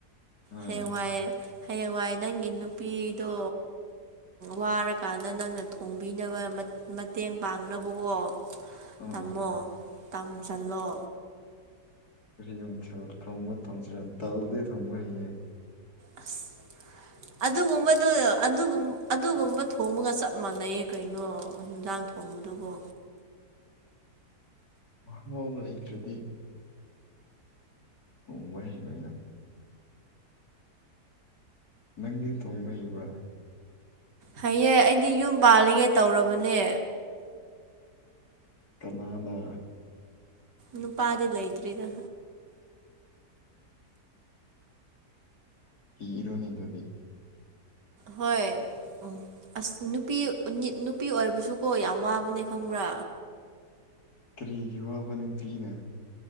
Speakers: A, on the left; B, on the right.
A: ꯍꯣꯏ
B: ꯍꯦꯛꯋꯥꯏꯑꯦ ꯍꯌꯦꯡꯋꯥꯏ ꯅꯪꯒꯤ ꯅꯨꯄꯤꯗꯣ ꯋꯥꯔꯀꯥꯟꯗ ꯅꯪꯅ ꯊꯣꯡꯕꯤꯅꯕ ꯃꯇꯦꯡ ꯄꯥꯡꯅꯕꯀꯣ
A: ꯑꯣ
B: ꯇꯥꯝꯃꯣ ꯇꯝꯁꯤꯜꯂꯣ
A: ꯐ ꯀꯥꯎ ꯊꯁꯤꯔ ꯇꯗ ꯊꯣꯡꯃ ꯍꯦ
B: ꯑꯁ ꯑꯗꯨꯒꯨꯝꯕꯗꯣ ꯑꯗꯨꯒꯨꯝꯕ ꯊꯣꯡꯕꯒ ꯆꯞ ꯃꯥꯟꯅꯩ ꯀꯩꯅꯣ ꯍꯤꯟꯥꯛ ꯑꯪ ꯊꯣꯡꯉꯨꯗꯕꯣ
A: <inaudible> <unintelligible> ꯃꯍꯥꯎꯒ ꯀꯗꯤ ꯑꯣ ꯋꯥꯣꯏ ꯍꯩꯔꯣ ꯑꯩꯅ ꯅꯪꯗꯤ ꯊꯣꯡꯕꯔꯤꯕ꯭ꯔ
B: ꯍꯑꯦ ꯑꯩꯗꯤ ꯌꯨꯝ ꯄꯥꯜꯂꯤꯒꯦ ꯇꯧꯔꯕꯅꯦ
A: ꯀꯅꯥꯗꯥ
B: ꯅꯨꯄꯥꯗꯤ ꯂꯩꯇ꯭ꯔꯤꯗ
A: ꯀꯤ ꯏꯔꯣ ꯅꯗꯗꯤ <inaudible>
B: ꯍꯣꯏ
A: <unintelligible>
B: ꯎꯝ ꯑꯁ ꯅꯨꯄꯤ ꯅꯨꯄꯤ ꯑꯣꯏꯕꯁꯨꯀꯣ ꯌꯥꯝ ꯋꯥꯕꯅꯦ ꯈꯪꯕ꯭ꯔꯥ
A: ꯀꯔꯤꯒꯤ ꯋꯥꯕꯅꯄꯤꯅ